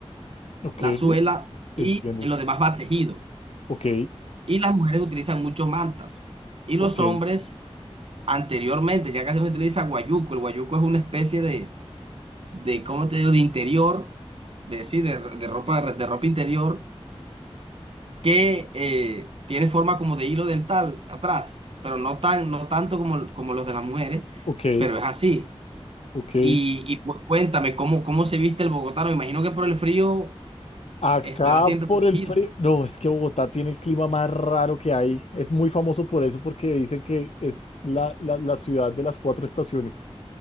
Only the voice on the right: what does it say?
la suela
y lo demás va tejido.
Y las mujeres utilizan mucho mantas. Y
los hombres, anteriormente, ya casi no se utiliza guayuco, el guayuco es una especie de de, ¿cómo te digo?, de interior, de, sí, de, de ropa, de ropa interior, que eh, tiene forma como de hilo dental atrás, pero no tan, no tanto como, como los de las mujeres,
pero es así.
Y, y pues cuéntame, ¿cómo, cómo se viste el bogotano? Me imagino que por el frío
estará siempre
protegido.